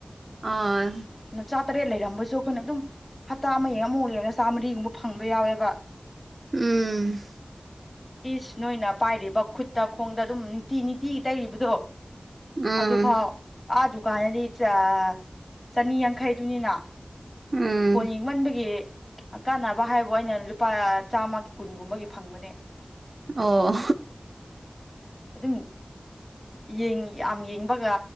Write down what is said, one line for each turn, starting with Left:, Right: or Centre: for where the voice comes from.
Right: ꯑꯥ
Left: ꯅ ꯆꯥ ꯇꯔꯦꯠ ꯂꯩꯔꯝꯕꯁꯨ ꯑꯩꯈꯣꯏꯅ ꯑꯗꯨꯝ ꯍꯞꯇꯥ ꯑꯃ ꯌꯦꯡ ꯑꯃꯨꯛ ꯂꯡꯌ‌ꯦꯡ ꯆꯥꯝꯃꯔꯤꯒꯨꯝꯕ ꯐꯪꯕ ꯌꯥꯎꯋꯦꯕ
Right: ꯎꯝ
Left: ꯏꯁ ꯅꯣꯏꯅ ꯄꯥꯏꯔꯤꯕ ꯈꯨꯠꯇ ꯈꯣꯡꯗ ꯑꯗꯨꯝ ꯅꯨꯡꯇꯤ ꯅꯤꯇꯤ ꯇꯩꯔꯤꯕꯗꯣ
Right: ꯎꯝ
Left: ꯑꯗꯨ ꯐꯥꯎ ꯑꯥ ꯗꯨꯀꯥꯟꯗꯗꯤ ꯆꯥ ꯆꯅꯤ ꯌꯥꯡꯈꯩꯗꯨꯅꯤꯅ
Right: ꯎꯝ
Left: ꯐ‌ꯣꯟ ꯌꯦꯡꯃꯟꯕꯒꯤ ꯀꯥꯟꯅꯕ ꯍꯥꯏꯕꯨ ꯑꯩꯅ ꯂꯨꯄꯥ ꯆꯥꯝꯃꯒꯤ ꯀꯨꯟꯒꯨꯝꯕꯒꯤ ꯐꯪꯕꯅꯦ
Right: ꯑꯣ
Left: ꯑꯗꯨꯝ ꯌ‌ꯦꯡ ꯌꯥꯝ ꯌꯦꯡꯕꯒ